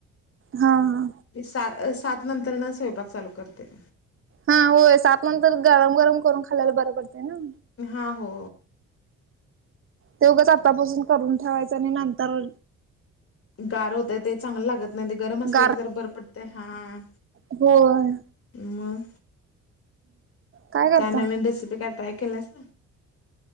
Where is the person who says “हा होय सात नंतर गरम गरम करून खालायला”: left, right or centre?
Right